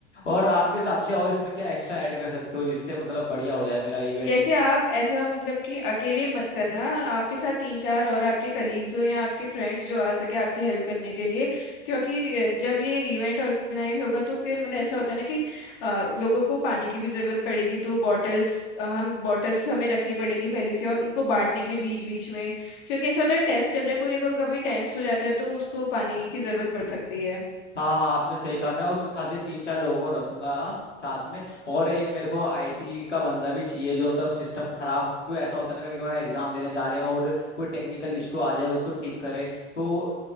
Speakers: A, on the left; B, on the left.
A: और आपके हिसाब से और इसमें क्या एक्स्ट्रा ऐड कर सकते हो जिससे मतलब बढ़िया हो जाए मेरा इवेंट
B: जैसे आप ऐसा मतलब कि अकेले मत करना आपके साथ तीन चार और आपके कलीग्स हो या आपके फ्रेंड्स जो आ सके आपकी हेल्प करने के लिए क्योंकि जब ये इवेंट ऑर्गेनाइज होगा तो फिर मतलब ऐसा होता है ना कि आ, लोगों को पानी की भी जरूरत पड़ेगी तो बॉटल्स हम बॉटल्स हमें रखनी पड़ेंगी पहले से और उनको बांटने के लिए बीच बीच में क्योंकि ऐसा होता है टेस्ट चल रहा है कोई अगर कभी टेंस हो जाता है तो उसको पानी की जरूरत पड़ सकती है
A: हाँ हाँ आपने सही कहा मैं उस हिसाब से तीन चार लोगों को रखूंगा साथ में और एक मेरे को आईटी का बंदा भी चाहिए जो तब सिस्टम खराब क्यों ऐसा होता है ना कभी कभार एग्जाम देने जा रहे हैं और कोई टेक्निकल इशू आ जाए उसको ठीक करे तो